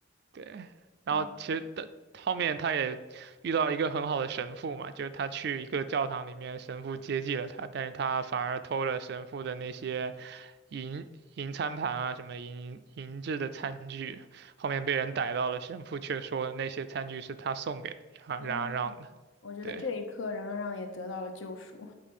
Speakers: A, on the right (about 55°); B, on the left (about 75°).
A: 对，
B: <laughs>
A: 然后其实的后面他也遇到一个很好的神父嘛，
B: 啊
A: 就是他去一个教堂里面，神父接济了他，但是他反而偷了神父的那些银银餐盘啊，什么银银制的餐具，后面被人逮到了，神父却说那些餐具是他送给冉冉阿让的。
B: 啊。我觉得这一刻冉让让也得到了救赎。
A: 对，